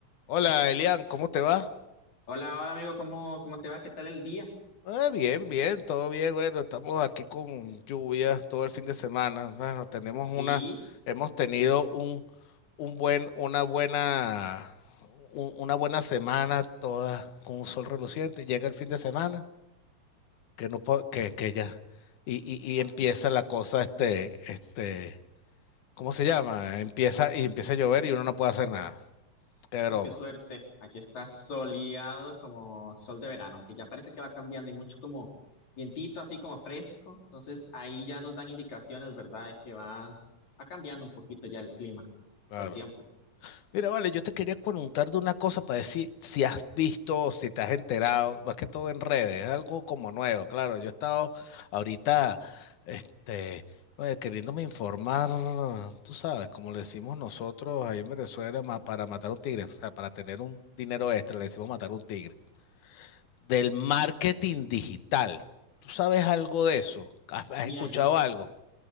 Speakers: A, on the left; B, on the left.
A: Hola Elian, ¿cómo te va?
B: Hola, hola amigo, ¿cómo, cómo te va? ¿Qué tal el día?
A: Ah, bien, bien, todo bien. Bueno, estamos aquí con lluvias todo el fin de semana. Bueno, tenemos
B: Sí,
A: una, hemos tenido un, un buen, una buena, un- una buena semana toda con un sol reluciente. Llega el fin de semana, que no po- que, que ya, y, y, y empieza la cosa, este, este, ¿cómo se llama? Empieza, y empieza a llover y uno no puede hacer nada. Qué broma,
B: pues qué suerte. Aquí está soleado como sol de verano, aunque ya parece que va cambiando y mucho como vientito, así como fresco. Entonces ahí ya nos dan indicaciones, ¿verdad? De que va, va cambiando un poquito ya el clima
A: claro.
B: o el tiempo.
A: Mira, vale, yo te quería preguntar de una cosa para decir si si has visto, si te has enterado, más que todo en redes, es algo como nuevo, claro. Yo he estado ahorita, este, oye, queriéndome informar, tú sabes, como le decimos nosotros ahí en Venezuela, ma- para matar un tigre, o sea, para tener un dinero extra, le decimos matar un tigre, del marketing digital. ¿Tú sabes algo de eso? ¿Has, has
B: Mira,
A: escuchado
B: yo s-
A: algo?